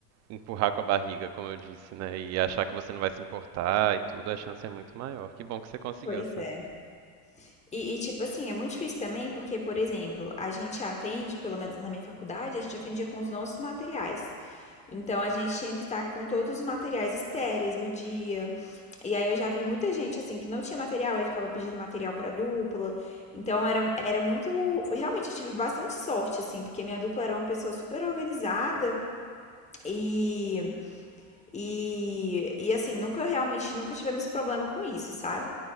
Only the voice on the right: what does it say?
empurrar com a barriga, como eu disse, né, e achar que você não vai se importar e tudo, a chance é muito maior. Que bom que você conseguiu
essa.